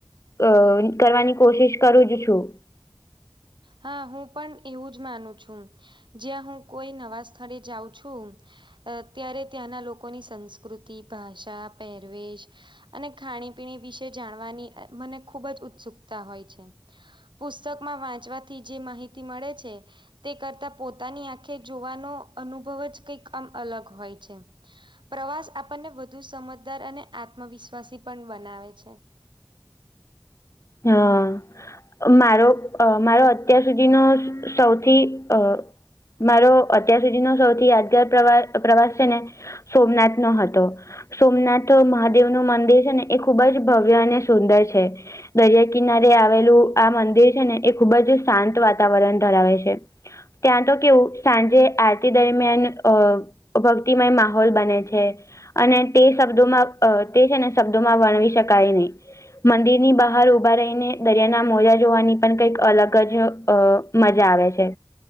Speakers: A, on the left; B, on the right.
A: અ કરવાની કોશિશ કરું જ છું.
B: હા હું પણ એવું જ માનું છું જ્યાં હું કોઈ નવા સ્થળે જાઉં છું અ ત્યારે ત્યાંના લોકોની સંસ્કૃતિ ભાષા પહેરવેશ અને ખાણી પીણી વિશે જાણવાની મને ખુબ જ ઉત્સુકતા હોય છે. પુસ્તકમાં વાંચવાથી જે માહિતી મળે છે તે કરતા પોતાની આંખે જોવાનો અનુભવ જ કઈક આમ અલગ હોય છે. પ્રવાસ આપણને વધુ સમજદાર અને આત્મવિશ્વાસી પણ બનાવે છે.
A: હા. મારો મારો અત્યાર સુધીનો સૌથી અ મારો અત્યાર સુધીનો સૌથી યાદગાર પ્રવા પ્રવાસ છે ને સોમનાથ નો હતો. સોમનાથ મહાદેવનું મંદિર છે ને એ ખુબ જ ભવ્ય અને સુંદર છે. દરિયા કિનારે આવેલું આ મંદિર છે ને એ ખૂબ જ શાંત વાતાવરણ ધરાવે છે. ત્યાં તો કેવું સાંજે આરતી દરમિયાન અ ભક્તિમય માહોલ બને છે. અને તે શબ્દોમાં અ તે છે, ને શબ્દોમાં વર્ણવી શકાય ની મંદિરની બા બહાર ઉભા રહીને દરિયાના મોજા જોવાની પણ કઈક અલગ જ અ મજા આવે છે.